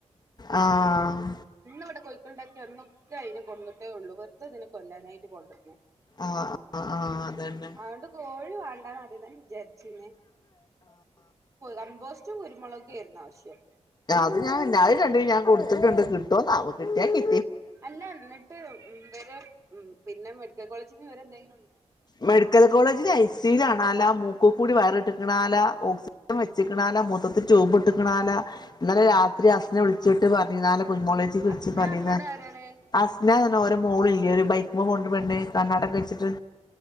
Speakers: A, on the left; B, on the right.
A: ആഹ്
B: ഇവിടെ കോഴിക്കളുണ്ടാക്കി ഒരെണ്ണോ ഒക്കെ അതിനെ കൊന്നിട്ടെ ഉള്ളൂ വെറുത ഇതിനെ കൊല്ലാനായിട്ട് കൊണ്ട് വന്നു
A: ആഹ് ആഹ് അതന്നെ
B: അതുകൊണ്ട് കോഴി വേണ്ടാന്ന് ആദ്യം തന്നെ ജാരിച്ചീന് കമ്പോസ്റ്റും കുരുമുളകൊക്കെ ആയിരുന്നു ആവശ്യം
A: അത് ഞാൻ അയിന് രണ്ടിനും ഞാൻ കൊടുത്തിട്ടുണ്ട് കിട്ടോന്നാവൊ കിട്ടിയാ കി
B: അല്ല എന്നിട്ട് ഉം വരെ ഉം പിന്നെ മെഡിക്കൽ കോളേജിന്ന് വിവരെന്തായി
A: മെഡിക്കൽ കോളേജിൽ ഐസിയുൽ ആണാല മൂക്കി കൂടി വയറിട്ടുക്കണാല ഓക്സി മം വെച്ചിക്കിണാല്ല
B: ആഹ്
A: മൂത്രത്തിൽ ട്യൂബ് ഇട്ടിക്ക്ണാല ഇന്നലെ രാത്രി അസ്ന
B: ആഹ്
A: വിളിച്ചിട്ട് പറഞ് കുഞ്ഞുമോളെ ഇജ്ജ് വിളിച്ചു
B: അസ്ന
A: പറഞ്ഞീല
B: പറഞ്ഞത് ആരാണ്
A: അസ്ന ഓരെ മോൾ ഇല്ല്യേ ഒരു ബൈക്ക്മ്മ പോണൊരു പെണ്ണ് കണ്ണടൊക്കെ വെച്ചിട്ട്